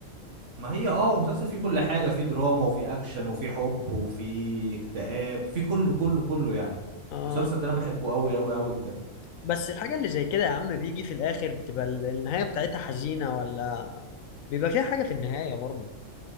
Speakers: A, on the right (about 65°); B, on the left (about 80°).
A: ما هي اه هو مسلسل فيه كل حاجة فيه دراما وفيه أكشن وفيه حب وفيه اكتئاب فيه كله كله كله يعني
B: اه
A: المسلسل ده أنا بحبه أوي أوي أوي بجد
B: بس الحاجة اللي زي كده يا عم بيجي في الاخر بتبقى ال- النهاية بتاعتها حزينة ولا بيبقى فيها حاجة في النهاية برضه